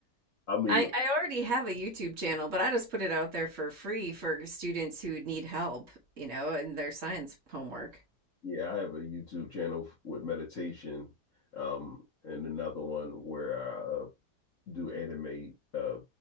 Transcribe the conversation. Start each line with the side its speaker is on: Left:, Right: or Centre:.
Left: I mean,
Right: I, I already have a YouTube channel, but I just put it out there for free for students who need help, you know, in their science homework.
Left: yeah, I have a YouTube channel with meditation, um, and another one where I uh, do animate, uh,